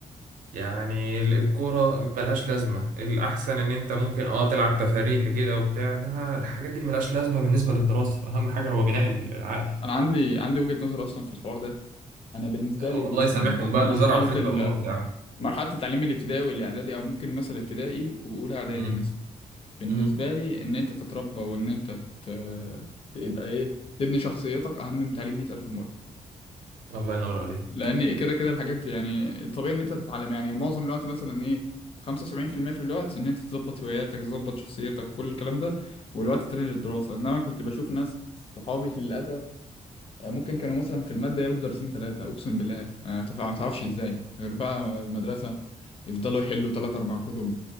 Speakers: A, on the right; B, on the left.
A: يعني الكورة ملهاش لازمة الأحسن إن أنت ممكن أه تلعب تفاريحي كده وبتاع إنما الحاجات دي ملهاش لازمة بالنسبة للدراسة أهم حاجة هو بناء العقل
B: انا عندي عندي وجهة نظر اصلا في الحوار ده انا بالنسبة
A: الله
B: لي مثلا
A: يسامحهم بقى اللي
B: مرحلة
A: زرعوا الفكرة
B: ال...
A: الغلط دي يا عم
B: مرحلة التعليم الابتدائي والاعدادي او ممكن مثلا ابتدائي واولى اعدادي
A: مم.
B: مثلا بالنسبة
A: مم.
B: لي ان انت تتربى وان انت ت... تبقى ايه تبني شخصيتك اهم من تعليم 100000 مرة
A: الله ينور عليك
B: لان كده كده الحاجات دي يعني طبيعي ان انت تتعلم يعني معظم الوقت مثلا ايه 75% في المية في الوقت ان انت تظبط هواياتك تظبط شخصيتك كل الكلام ده والوقت التاني للدراسه انما كنت بشوف ناس صحابي للاسف آه، ممكن كانوا مثلا في الماده ياخدوا درسين ثلاثه اقسم بالله آه، تف- ما تعرفش ازاي غير بقى المدرسه يفضلوا يحلوا ثلاث اربع كتب